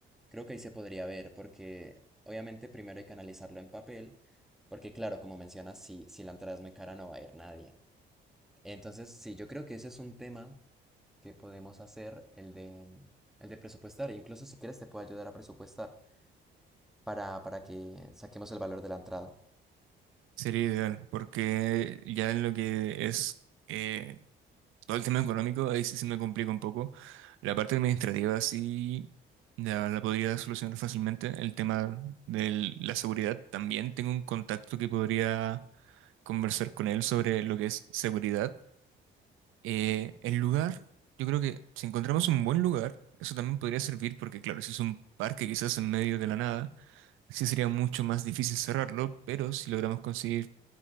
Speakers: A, in the centre; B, on the right.
A: creo que ahí se podría ver, porque obviamente primero hay que analizarlo en papel, porque claro, como mencionas, si, si la entrada es muy cara no va a ir nadie. Entonces, sí, yo creo que ese es un tema que podemos hacer, el de, el de presupuestar. Incluso si quieres te puedo ayudar a presupuestar. para, para que saquemos el valor de la entrada.
B: Sería ideal, porque ya en lo que es eh, todo el tema económico, ahí sí se me complica un poco. La parte administrativa sí la, la podría solucionar fácilmente. El tema de la seguridad, también tengo un contacto que podría conversar con él sobre lo que es seguridad Eh, el lugar, yo creo que si encontramos un buen lugar, eso también podría servir porque, claro, si es un parque quizás en medio de la nada, sí sería mucho más difícil cerrarlo, pero si logramos conseguir